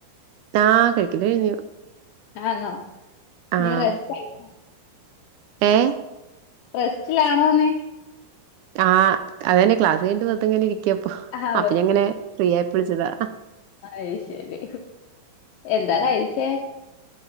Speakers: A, on the right; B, on the left.
A: ആഹ് കഴിക്കല് കഴിഞ്ഞു
B: ആന്നോ
A: ആഹ്
B: ഇനി റെസ്റ്റ് എടുക്കു
A: ഏഹ്
B: റെസ്റ്റിലാണോന്നെ
A: ആഹ് അതന്നെ ക്ലാസ് കഴിഞ്ഞിട്ട് വെറുതെങ്ങനെ ഇരിക്കപ്പൊ
B: ആഹാ
A: അപ്പ ഞാ ങ്ങനെ ഫ്രീ ആയപ്പൊ വിളിച്ചതാ
B: അയ് ശരി എന്താ കഴിച്ചേ